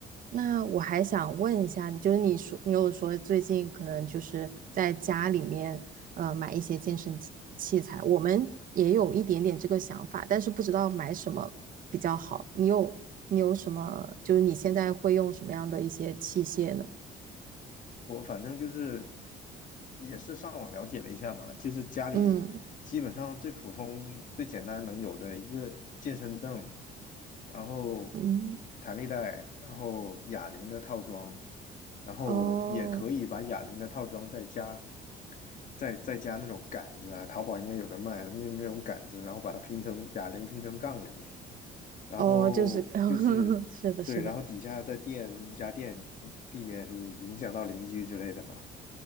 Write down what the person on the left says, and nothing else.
我反正就是也是上网了解了一下嘛，就是家里基本上最普通、
最简单能有的一个健身凳，然后
弹力带，然后哑铃的套装，然后也可以把哑铃的套装再加
再再加那种杆子啊，淘宝应该有的卖那那种杆子，然后把它拼成哑铃拼成杠铃，然后就是对，
然后底下再垫瑜伽垫，避免你影响到邻居之类的嘛。